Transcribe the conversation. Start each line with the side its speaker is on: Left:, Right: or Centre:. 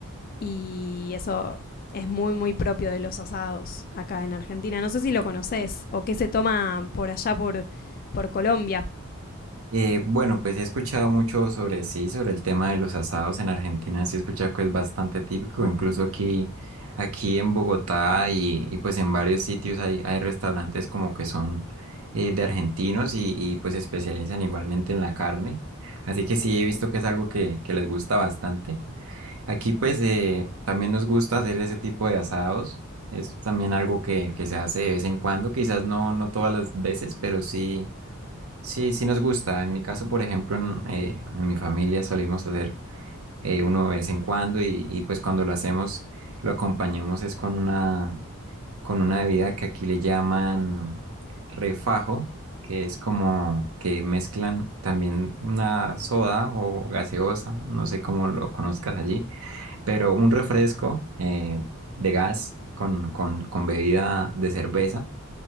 Left: Y eso es muy, muy propio de los asados acá en Argentina. No sé si lo conoces o qué se toma por allá, por, por Colombia.
Right: Eh, bueno, pues he escuchado mucho sobre sí, sobre el tema de los asados en Argentina, sí he escuchado que es bastante típico, incluso aquí, aquí en Bogotá y, y pues en varios sitios hay, hay restaurantes como que son eh, de argentinos y, y pues se especializan igualmente en la carne, así que sí he visto que es algo que, que les gusta bastante. Aquí pues eh, también nos gusta hacer ese tipo de asados, es también algo que, que se hace de vez en cuando, quizás no, no todas las veces, pero sí. Sí, sí nos gusta. En mi caso, por ejemplo, en, eh, en mi familia solimos hacer eh, uno de vez en cuando y, y, pues cuando lo hacemos lo acompañamos es con una, con una bebida que aquí le llaman refajo, que es como que mezclan también una soda o gaseosa, no sé cómo lo conozcas allí, pero un refresco eh, de gas con, con, con bebida de cerveza